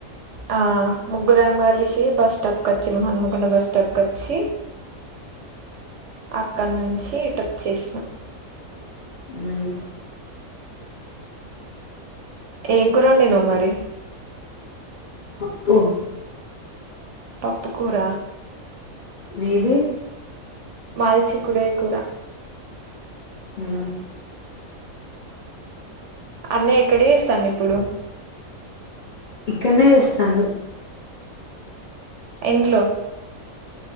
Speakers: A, on the right; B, on the left.
A: ఆ ముగ్గురాం కలిసి బస్ స్టాప్ క్ వచ్చినాం హన్మకొండ బస్ స్టాప్ కి వచ్చి అక్కడి నుంచి ఇటు వచేసినాం
B: ఉమ్
A: ఏం కురవండి నావ్ మరి
B: అబ్బొ
A: పప్పు కూర
B: మీది
A: మది చికూడికాయ కూర
B: ఆ
A: అనే ఇక్కడే ఇస్తాను ఇప్పుడు
B: ఇక్కడనే చేస్తాండు
A: ఇండ్లో